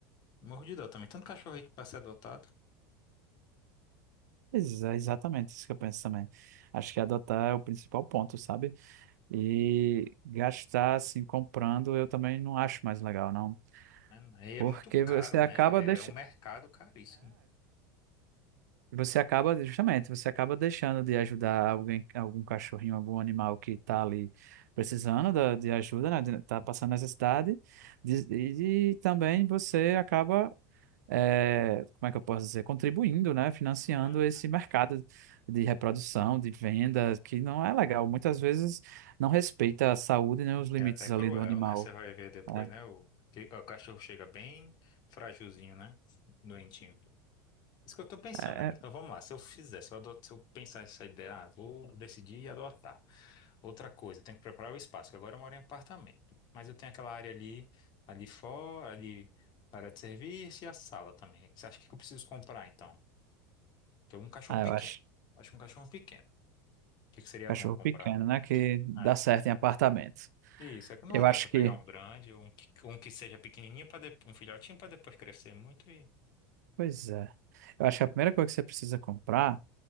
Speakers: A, on the left (about 50°); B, on the right (about 75°).
A: Morro de dó também. Tanto cachorro aí que pra ser adotado.
B: Ex- É exatamente isso que eu penso também. Acho que adotar é o principal ponto, sabe? E gastar assim comprando eu também não acho mais legal, não.
A: né? Aí é
B: Porque
A: muito caro,
B: você acaba
A: né?
B: deixando.
A: É um mercado caríssimo.
B: Você acaba, justamente, você acaba deixando de ajudar alguém, algum cachorrinho, algum animal que está ali precisando da- de ajuda, né? de- Tá passando necessidade. De- e, e também você acaba, eh, como é que eu posso dizer, contribuindo, né? Financiando
A: Uhum.
B: esse mercado de reprodução, de venda, que não é legal. Muitas vezes não respeita a saúde nem os limites
A: É até cruel,
B: ali do animal.
A: né? Você vai ver depois,
B: É,
A: né? O, que- o cachorro chega bem fragilzinho, né? Doentinho. Isso que eu tô pensando,
B: é-
A: amigo. Então vamos lá. Se eu fizer, se eu, adot- se eu pensar essa ideia, ah, vou decidir e adotar. Outra coisa, eu tenho que preparar o espaço, que agora eu moro em apartamento. Mas eu tenho aquela área ali, ali fora, ali, a área de serviço e a sala também. Você acha que eu preciso comprar, então? Porque um cachorro
B: ah, eu
A: pequeno.
B: acho
A: Eu Acho que um cachorro pequeno. O que que seria
B: cachorro
A: bom comprar?
B: pequeno, né? Que dá
A: É.
B: certo em apartamento.
A: Isso, é que não
B: Eu
A: adianta
B: acho
A: pegar
B: que.
A: um grande, um que, um que seja pequenininho, para um filhotinho, para depois crescer muito e...
B: Pois é. Eu acho que a primeira coisa que você precisa comprar